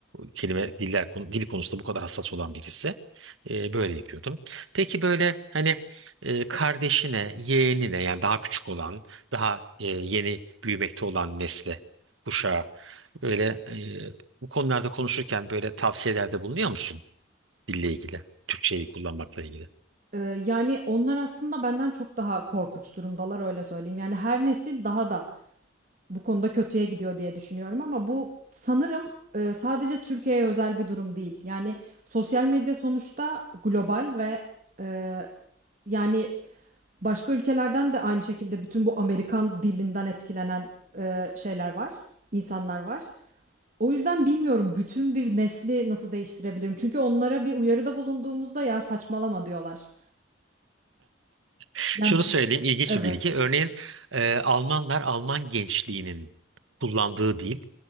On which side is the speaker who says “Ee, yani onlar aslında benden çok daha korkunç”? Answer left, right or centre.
Right